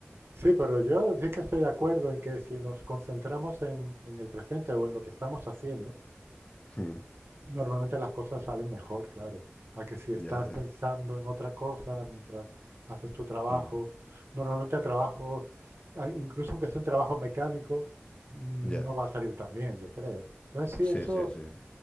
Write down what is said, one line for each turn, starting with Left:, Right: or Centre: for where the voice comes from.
Right: Sí, pero yo sí que estoy de acuerdo en que si nos concentramos en, en el presente o en lo que estamos haciendo,
Left: <clears throat>
Right: Normalmente las cosas salen mejor, claro, a que si
Left: Ya,
Right: estás
Left: ya.
Right: pensando en otra cosa mientras haces tu trabajo.
Left: mm,
Right: Normalmente el trabajo, a- incluso aunque sea un trabajo mecánico, mm,
Left: Ya,
Right: no va a salir tan bien, yo creo. Entonces sí,
Left: sí,
Right: eso,
Left: sí, sí.